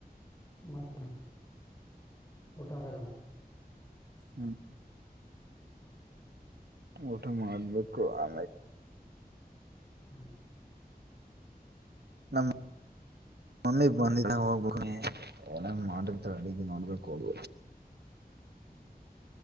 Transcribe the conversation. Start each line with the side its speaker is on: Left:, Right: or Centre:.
Left: ಮತ್ತೆ ಊಟ್ರಲ್ಲ
Right: ಹ್ಮ್ ಊಟ ಮಾಡತ್ಬೇಕು ಆ
Left: ಹ್ಮ್
Right: ನಮ್ಮ ಮಮ್ಮಿ ಬಂದಿದ್ದಾಗ ಹೋಗ್ಬೇಕ ನೀ ಏನ ಮಾಡತ ಅಡಗಿ ನೋಡ್ಬೇಕು ಹೋದ